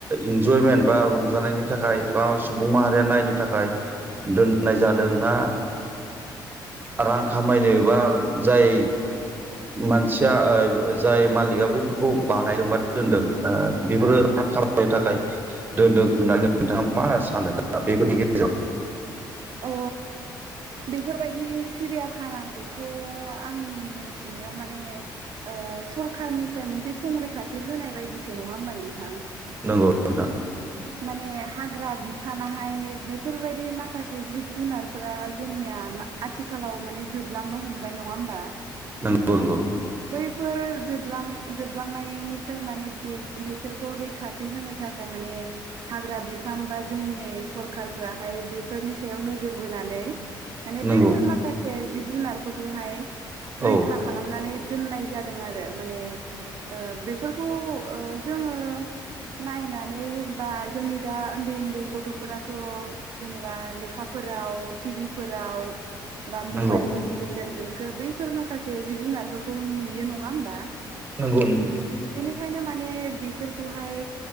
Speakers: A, on the right; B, on the right.
A: इन्जय बा रंजानायनि थाखाय बा सुबुं माहारिया नायनो थाखाय दोननाय जादों ना रां खामायनो बा जाय मानसिया जाय मालिगा बैफोरखौ बानायदोंबा दोनदों ओ बेफोरो
B: औ
A: रां खालामनो थाखाय दोनदों होननानै नोंथाङा मा होनना सानो दा बेफोरनि गेजेर हेलौ
B: अ बेफोरबायदि सिरियाखानाखौथ आंनि मोनथिनायाव माने ओ सरखारनिफ्राय मोनसे संरैखाथि होनाय बायदिसो नङा होमबा नोंथां
A: नंगौ नोंथां
B: माने हाग्रा बिफानाहाय बेफोरबायदि माखासे जिब जुनारफोरा जोंनिया आथिखालाव माने जोबलांनो हमबाय नङा होमबा
A: नोंगौ नोंगौ
B: बैफोर जोबलां जोबलांनायनिफ्राय माने बे बेसोरखौ रैखाथि होनो थाखाय म माने हाग्रा बिफान बा जोंनि सरखारफ्राहाय बेफोरनि सायाव नोजोर बोनानै माने
A: नंगौ
B: बेफोर
A: नंगौ
B: माखासे जिब जुनारफोरखौहाय रैखा
A: औ
B: खालामनानै दोननाय जादों आरो माने ओ बेफोरखौ ओ जोङो नायनानै बा जोंनि दा ओन्दै ओन्दै गथफोराथ जेनेबा लेखाफोराव टि भि फोराव राव बा मबाइलफोरनि
A: नंगौ
B: गेजेरजोंसो बैफोर माखासे जिब जुनारफोरखौ नुयो नङा होमबा
A: नोंगौ नोंथां
B: बेखायनो माने बिसोरखौहाय